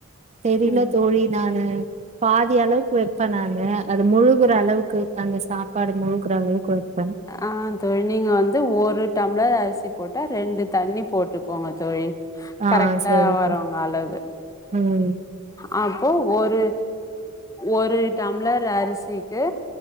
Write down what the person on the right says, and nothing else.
தெரில
தோழி நானு பாதி அளவுக்கு வெப்ப நானு அது முழுகுற அளவுக்கு அந்த சாப்பாடு முழ்குற அளவுக்கு வெப்
ஆ
சரி
தோழி
ம்